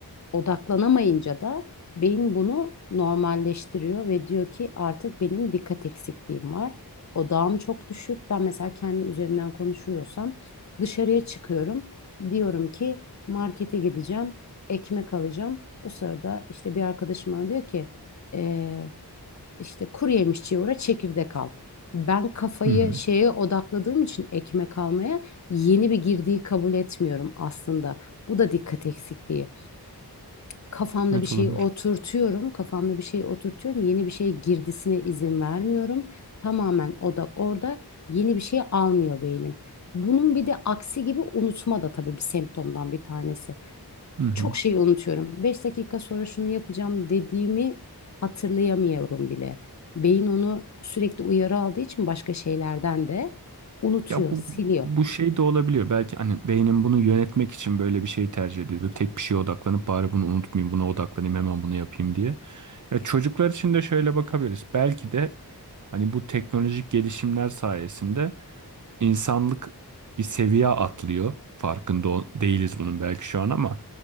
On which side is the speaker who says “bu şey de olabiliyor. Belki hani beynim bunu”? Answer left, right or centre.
Right